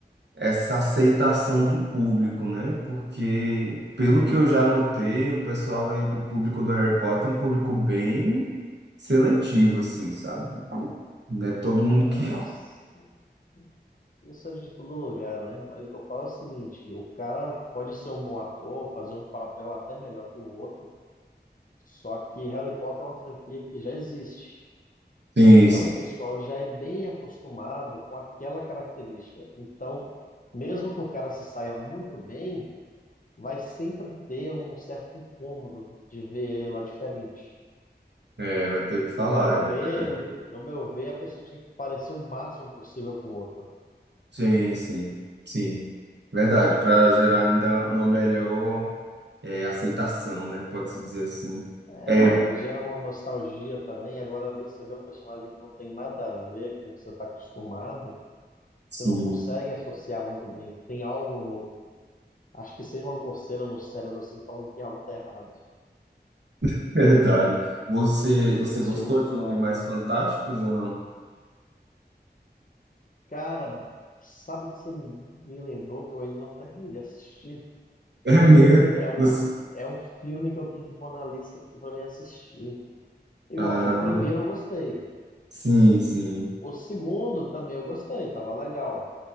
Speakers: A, on the right (about 80°); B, on the left (about 50°).
A: essa aceitação do público, né? Porque, pelo que eu já notei, o pessoal aí do público do Harry Potter é um público bem seletivo, assim, sabe? Não é todo mundo
B: Ah,
A: que
B: Eu não sei. Isso é de todo lugar, né? Mas eu falo o seguinte, o cara pode ser um bom ator, fazer um papel até melhor que o outro, só que Harry Potter é uma franquia que já existe.
A: Sim,
B: Então,
A: sim.
B: o pessoal já é bem acostumado com aquela característica. Então, mesmo que o cara se saia muito bem, vai sempre ter um certo incômodo de ver ele lá diferente.
A: É, vai ter o que falar,
B: No meu ver,
A: né, galera?
B: ele- no meu ver, a pessoa tinha que parecer o máximo possível com o outro.
A: Sim, sim, sim. Verdade, para gerar ainda uma melhor é, aceitação, né? Pode-se dizer assim.
B: É,
A: É,
B: cara, gera uma nostalgia também. Agora ali você vê um personagem que não tem nada a ver com o que você está acostumado,
A: sim,
B: você não consegue associar muito bem. Tem algo no, acho que seja uma coceira no cérebro assim falando que algo tá errado.
A: <laughs> verdade. Você,
B: Eu
A: você
B: tenho esse
A: gostou
B: tipo de
A: de
B: toque.
A: Animais Fantásticos ou não? <laughs>
B: Cara, sabe que você me me lembrou que eu ainda não terminei de assistir?
A: É mesmo?
B: É um,
A: Você...
B: é um filme que eu tenho que pôr na lista aqui pra me assistir. Igual,
A: Ah,
B: o primeiro eu gostei.
A: sim, sim.
B: O segundo também eu gostei, tava legal.